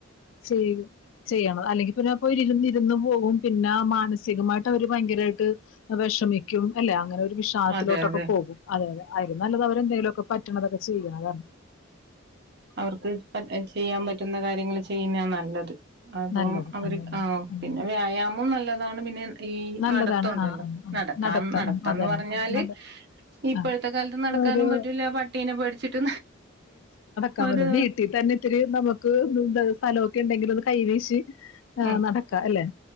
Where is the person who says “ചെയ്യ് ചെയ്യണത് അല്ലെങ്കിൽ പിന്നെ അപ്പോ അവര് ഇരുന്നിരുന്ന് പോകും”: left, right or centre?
Left